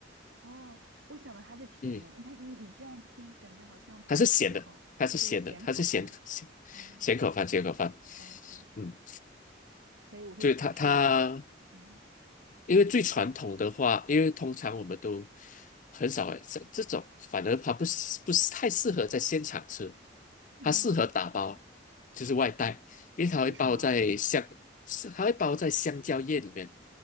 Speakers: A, on the right (about 90°); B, on the left (about 45°).
A: 哦，我想的它是甜的，
B: 嗯，
A: 你看你你这样听，感觉好像不是甜口，
B: 它是咸的，它是咸的，
A: 对，咸口饭。
B: 它是咸咸
A: 哦
B: 咸口饭，咸口饭。
A: ，OK，
B: 嗯，
A: 可以，我可以尝试一下。
B: 对他他，
A: 嗯
B: 因为最传统的话，因为通常我们都很少在这种，反而它不是不是太适合在现场吃，
A: 嗯，
B: 它适合打包，就是外带，因为它会包在香，
A: 为什么？
B: 是它会包在香蕉叶里面，